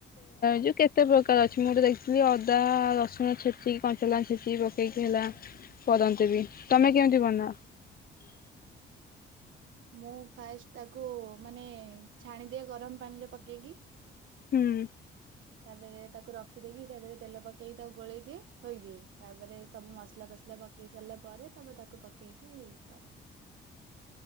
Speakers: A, on the left; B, on the right.
A: <unintelligible> କେତେ ପ୍ରକାର ଅଛି ମୁଁ ଗୋଟେ ଦେଖିଥିଲି ଅଦା ରସୁଣ ଛେଚିକି କଞ୍ଚଲଙ୍କା ଛେଚି ପକେ ହେଲା <unintelligible> ବି ତମେ କେମିତି ବନାଅ?
B: ମୁଁ ଫାଷ୍ଟ୍ ତାକୁ ମାନେ ଛାଣିଦିଏ ଗରମ ପାଣିରେ ପକେଇକି।
A: ହୁଁ।
B: ତାପରେ ତାକୁ ରଖିଦେଇକି ତା ଦେହରେ ତେଲ ପକେଇକି ତାକୁ ଗୋଳେଇ ଦିଏ ଥୋଇଦିଏ ତାପରେ ସବୁ ମସଲା ମସଲା ପକେଇ ସାରିଲା ପରେ ତମେ ତାକୁ ପକେଇକି କ